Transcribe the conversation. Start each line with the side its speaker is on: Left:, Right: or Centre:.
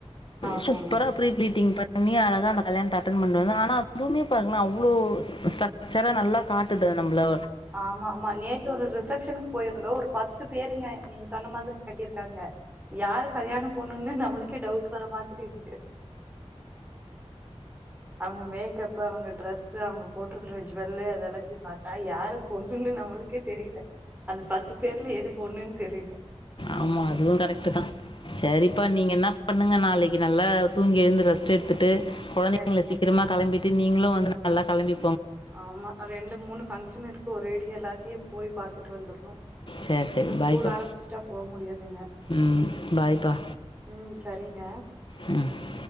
Right: ஆமா
Left: சூப்பரா ப்ரிபிளீட்டிங் பண்ணி அழகா அந்த கல்யாணத்தை அட்டன் பண்னு வந்த ஆனா அதுவுமே இப்பாருங்கலே அவ்ளோ ஸ்டரக்சரா நல்லா காட்டுது நம்மளோ
Right: ஆமா ஆமா நேத்து ஒரு ரிசப்ஷனுக் போயிருந்தோம் ஒரு பத்து பேருங்க நீங்க சொன்ன மாரி கட்டியிருக்காங்க யாரு கல்யாண பொண்ணுன்னு நம்மளுக்கே டவுட் வர மாதிரி இருக்கு அவுங்க மேக்கப் அவுங்க டிரெஸ்சு அவுங்க போட்டிருக்கற ஜீவெல்லு அதெல்லத்தையும் பாத்தா யாரு பொண்ணுன்னு நம்ளுக் எனக்கே தெரில அந்த பத்து பேர்ல எது பொண்ணுன்னு தெரில
Left: ஆமா அதுவும் கரெக்ட் தா செரிப்பா நீங்க என்ன பண்ணுங்க நாளைக்கு நல்லா தூங்கி எழுந்து ரெஸ்ட் எடுத்துட்டு குழந்தைங்கள
Right: சரிங்க
Left: சீக்கிரமா கெளம்பிட்டு நீங்களும் வந்து நல்லா கெளம்பி
Right: ஆமா ரெண்டு மூணு ஃபங்க்ஷன் இருக்கு ஒரேடியா எல்லாத்தியே போய் பார்த்துட்டு வந்துரணும்
Left: சரி சரி
Right: இன்னு ஸ்கூல்
Left: பாய்ப்பா
Right: ஆரம்பிச்சுட்டா போ முடியாதுங்க
Left: ம் பாய்ப்பா
Right: ம் சரிங்க
Left: ம்